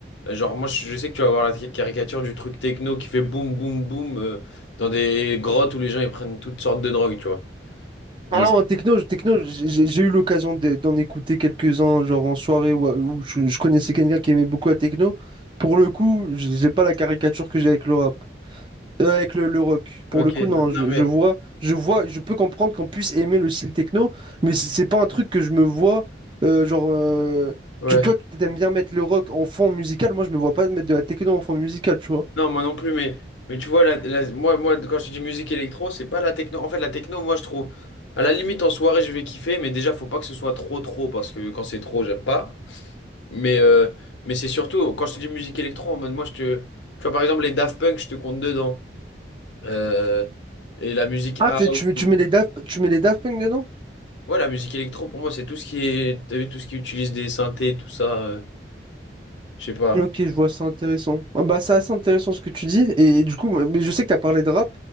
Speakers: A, on the left; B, on the right.
A: euh, genre, moi, je je sais que tu vas voir la tri- caricature du truc techno qui fait boum, boum, boum euh, dans des grottes où les gens ils prennent toutes sortes de drogues, tu vois. Mais
B: Ah
A: c'est-
B: non, techno, techno j'ai j'ai- j'ai eu l'occasion d'e- d'en écouter quelques-uns, genre en soirée où, où je, je connaissais quelqu'un qui aimait beaucoup la techno. Pour le coup, j'ai j'ai pas la caricature que j'ai avec le rap, Euh, avec le, le rock.
A: ok,
B: Pour le coup,
A: n-
B: non,
A: non,
B: je,
A: mais
B: je vois, je vois, je peux comprendre qu'on puisse aimer le style techno, mais c'est c'est pas un truc que je me vois, euh, genre, euh,
A: ouais.
B: tu- toi, tu t'aimes bien mettre le rock en fond musical, moi, je me vois pas mettre de la techno en fond musical, tu vois.
A: Non, moi non plus, mais, mais tu vois, la, la- moi, moi, quand je dis musique électro, c'est pas la techno. En fait, la techno, moi, je trouve, à la limite, en soirée, je vais kiffer, mais déjà, faut pas que ce soit trop, trop, parce que quand c'est trop, j'aime pas. Mais, euh, mais c'est surtout, quand je te dis musique électro, en mode moi, je te. Tu vois, par exemple, les Daft Punk, je te compte dedans. Euh, et la musique
B: Ah,
A: house.
B: t'es- tu mets,
A: Ou...
B: tu mets les Daft, tu mets les Daft Punk dedans?
A: Ouais, la musique électro, pour moi, c'est tout ce qui est. T'as vu, tout ce qui utilise des synthés, tout ça. euh, je sais pas.
B: Ok, je vois, c'est intéressant. Ah bah, c'est assez intéressant ce que tu dis. Et, du coup, moi- mais je sais que tu as parlé de rap.